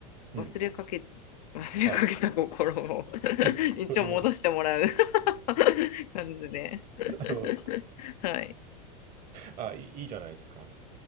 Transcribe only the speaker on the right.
うん、
はい。
<laughs>
取り戻す。
<laughs>
なるほど。
あ、いい、いいじゃないですか。